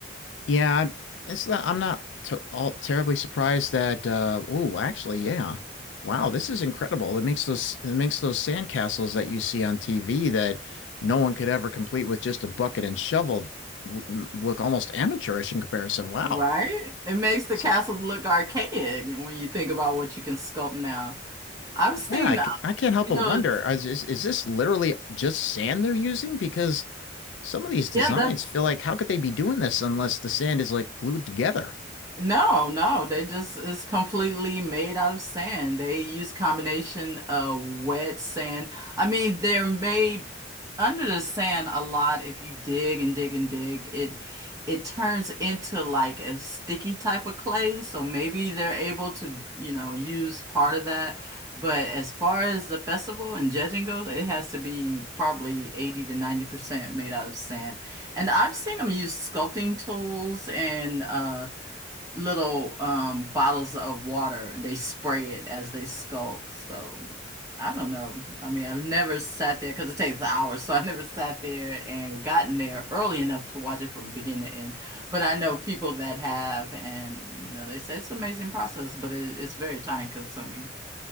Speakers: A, on the left (about 70°); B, on the right (about 15°).
A: Yeah, I'm, it's not, I'm not to all terribly surprised that, uh, oh, actually, yeah. Wow, this is incredible. It makes those, it makes those sandcastles that you see on TV that no one could ever complete with just a bucket and shovel r- look almost amateurish in comparison. Wow.
B: Right? It makes the
A: So
B: castles look archaic when you think about what you can sculpt now. I've seen,
A: Yeah, I,
B: uh,
A: c- I can't help
B: you
A: but
B: know,
A: wonder,
B: it's-
A: is, is is this literally just sand they're using? Because some of these designs
B: yeah, that
A: feel like how could they be doing this unless the sand is like glued together?
B: No, no, they just it's completely made out of sand. They use combination of wet sand. I mean, they're made under the sand a lot. If you dig and dig and dig, it it turns into like a sticky type of clay. So maybe they're able to, you know, use part of that. But as far as the festival and judging goes, it has to be probably 80 to 90% made out of sand. And I've seen them use sculpting tools and uh little um bottles of water and they spray it as they sculpt. So I don't know. I mean, I've never sat there because it takes hours, <laughs> so I never sat there and gotten there early enough to watch it from beginning to end. But I know people that have, and you know, they say it's an amazing process, but it, it's very time consuming.